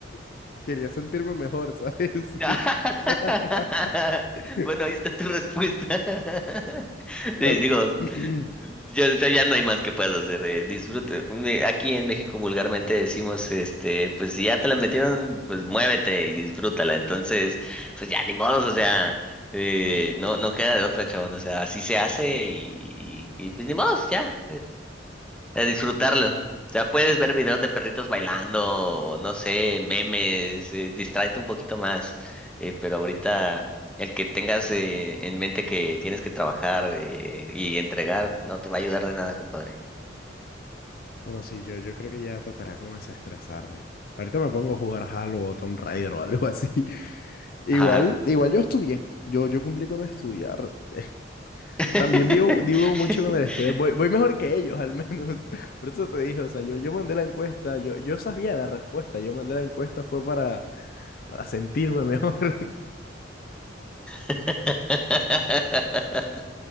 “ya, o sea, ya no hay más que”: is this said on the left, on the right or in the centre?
Centre